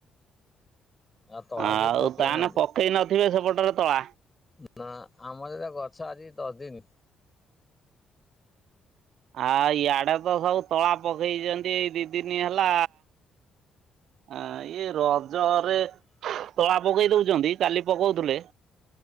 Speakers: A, on the left (about 20°); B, on the right (about 60°).
A: ଆଉ ତଳା
B: ଆଉ
A: କେହି ପକେଇ
B: ତା
A: ନାହାନ୍ତି
B: ନା ପକେଇ ନ ଥିବେ ସେପଟରେ ତଳା
A: ନା ଆମର ଏରା ଗ ଆଚ୍ଛା ଆଜିକି ଦଶ ଦିନି
B: ଆ ଇଆଡେ ତ ସବୁ ତଳା ପକ ହେଇଚନ୍ତି ଏଇ ଦି ଦିନିଆ ହେଲା ଆଁ ଇଏ ରଜରେ ତଳା ପକେଇ ଦଉଚନ୍ତି କାଲି ପକଉଥିଲେ।